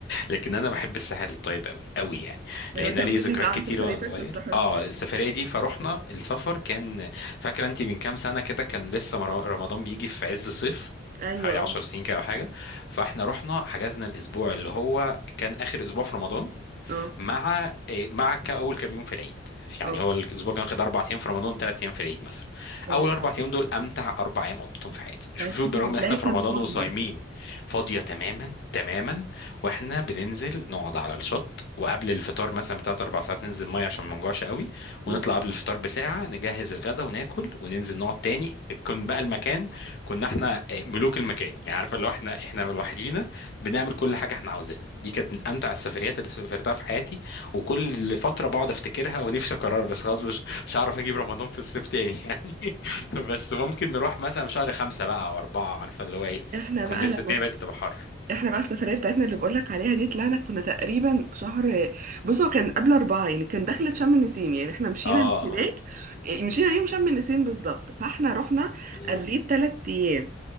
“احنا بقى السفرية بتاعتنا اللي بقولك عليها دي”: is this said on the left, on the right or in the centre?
Right